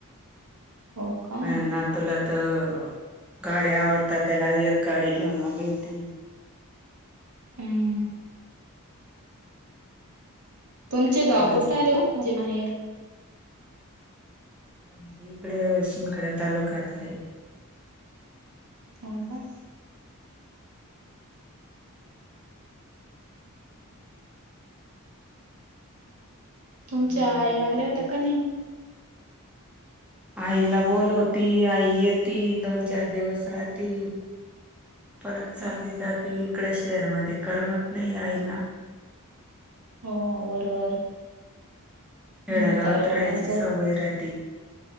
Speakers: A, on the right; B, in the centre.
A: हो का
B: माया नातुला तर गाडी आवडतात त्याला एक गाडी घेऊन आली होती.
A: हम्म.. तुमचे गाव
B: म्हणजे
A: कुठलं आले ओ? म्हणजे माहेर
B: आमचं इकड शिनखडा तालुक्यात आहे.
A: हो का. तुमच्या
B: वडील
A: आई
B: आहे.
A: आल्या होत्या का नाही?
B: आईला बोलवती आई येती दोन, चार दिवस राहती. परत चालली
A: हम्म
B: जाती इकड शेअरमध्ये करमत नाही आईला.
A: हो बरोबर.
B: खेड्या
A: म्हाताऱ्या
B: गावात
A: लोकांचं
B: राहायची सवय राहती.